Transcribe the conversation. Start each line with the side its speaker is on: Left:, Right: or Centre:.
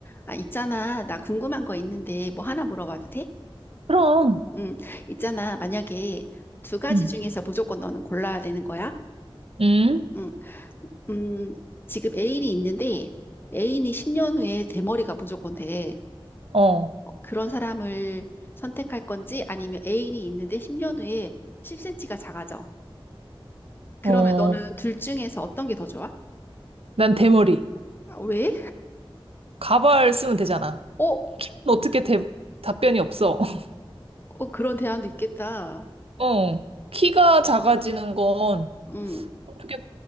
Left: 아, 있잖아. 나 궁금한 거 있는데 뭐 하나 물어봐도 돼?
Right: 그럼,
Left: 응, 있잖아. 만약에 두 가지
Right: 음,
Left: 중에서 무조건 너는 골라야 되는 거야?
Right: 응?
Left: 응, 음, 지금 애인이 있는데 애인이 10년 후에 대머리가 무조건 돼.
Right: 어,
Left: 어, 그런 사람을 선택할 건지 아니면 애인이 있는데 10년 후에 10cm가 작아져. 그러면
Right: 어,
Left: 너는 둘 중에서 어떤 게 더 좋아?
Right: 난 대머리.
Left: 아, 왜?
Right: 가발 쓰면 되잖아.
Left: 어, 어,
Right: 어떻게 대, 답변이 없어. <laughs>
Left: 어, 그런 대안도 있겠다.
Right: 어, 키가 작아지는 건
Left: 응,
Right: 어떻게